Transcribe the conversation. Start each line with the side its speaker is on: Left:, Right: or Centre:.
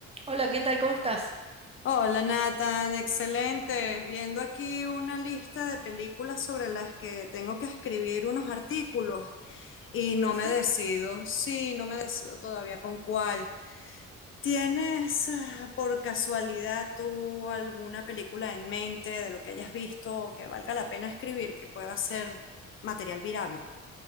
Right: Hola, ¿qué tal? ¿Cómo estás?
Left: Hola Nathan, excelente. Viendo aquí una lista de películas sobre las que tengo que escribir unos artículos y no
Right: ¿Ah, sí?
Left: me decido, sí, no me decido todavía con cuál. ¿Tienes ah, por casualidad tú alguna película en mente de lo que hayas visto que valga la pena escribir, que pueda ser material virable?